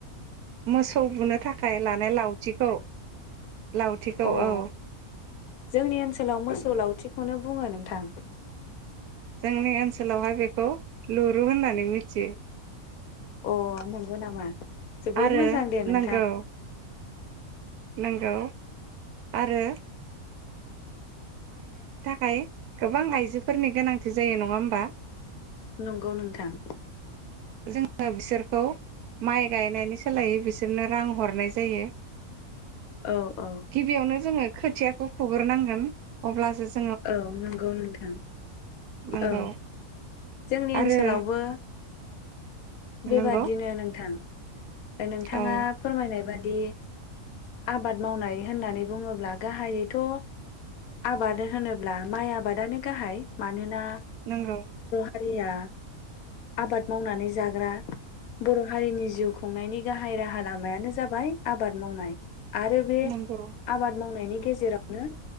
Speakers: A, on the right (about 85°); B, on the left (about 75°).
A: मोसौ बुनो थाखाय लानाय लावथिखौ लावथिखौ
B: अ
A: औ।
B: जोंनि ओनसोलाव मोसौ लावथिखौनो बुंङो नोंथां।
A: जोंनि ओनसोलावहाय बेखौ लुरु होननानै मिथियो।
B: अ नंगौ नामा? जोबोद
A: आरो
B: मोजां दे नोंथां
A: नंगौ नंगौ। आरो हाय गोबां आइजोफोरनि गोनांथि जायो नंङा होमबा?
B: नंगौ नोंथां।
A: जोंङो बिसोरखौ माइ गायनायनि सोलायै बिसोरनो रां हरनाय जायो।
B: औ औ
A: गिबियावनो जोंङो खो थियाखौ फुग्रोनांगोन अब्लासो जो
B: औ नंगौ नोंथां
A: नंगौ
B: औ जोंनि
A: आरो
B: ओनसोलावबो बेबादिनो
A: नंगौ
B: नोंथां। ओ नोंथांङा
A: औ
B: फोरमायनाय बाद बिदि आबाद मावनाय होननानै बुंङोब्ला गाहायैथ' आबाद होनोब्ला माइ आबादानो गाहाय मानोना
A: नंगौ।
B: रिया आबाद मावनानै जा रा बर' हारिनि जिउ खुंनायनि गाहाय राहा लामायानो जाबाय आबाद मावनाय। आरो बे
A: नंगौ
B: आबाद मावनायनि गेजेरावनो